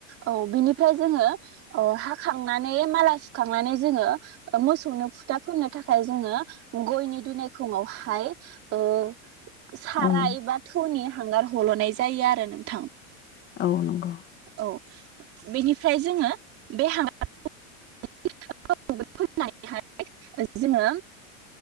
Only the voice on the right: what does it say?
औ बिनिफ्राय जोङो अ हाखांनानै माला सुखांनानै जोङो मोसौनो फुथा फोननो थाखाय जोङो गयनि दुनायखङाव हाय ओ साराय
एबा थौनि हांगार हल'नाय जायो आरो नोंथां
औ बेनिफ्राय जोङो बे हांगारखौ फोननानैहाय जोङो